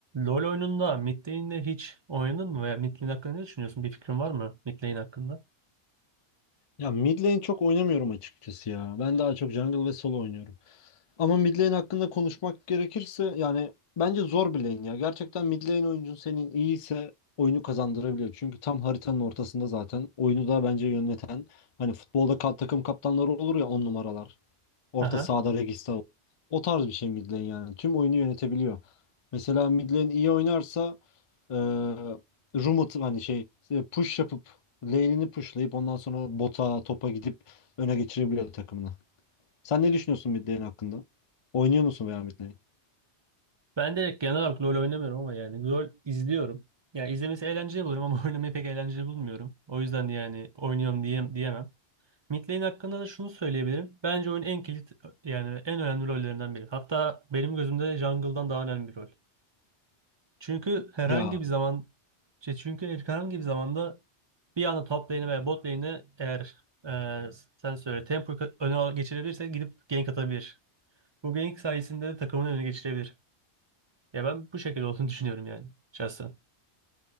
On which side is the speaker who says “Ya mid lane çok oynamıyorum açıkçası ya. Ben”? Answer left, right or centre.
Left